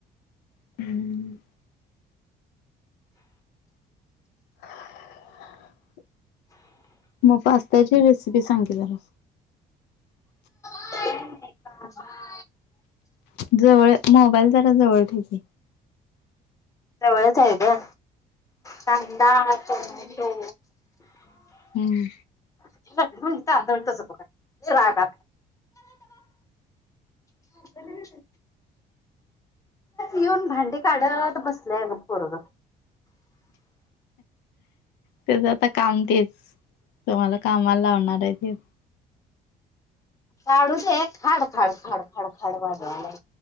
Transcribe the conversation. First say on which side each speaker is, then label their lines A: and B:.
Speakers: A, on the left; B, on the left.
A: <inaudible> <inaudible> म पास्ताची रेसिपी सांग तिला मं.
B: <inaudible>
A: जवळ मोबाईल जरा जवळ ठेव की.
B: जवळच आहे गं कांदा, टोमॅटो.
A: हूं!
B: <unintelligible> <inaudible> येऊन भांडी काढयलात बसलय बग पोरगं.
A: त्याच आता काम तेच, तुम्हाला कामाला लावणार आहे ते.
B: काढू देत खाड, खाड, खाड, खाड, खाड, वाजवाला.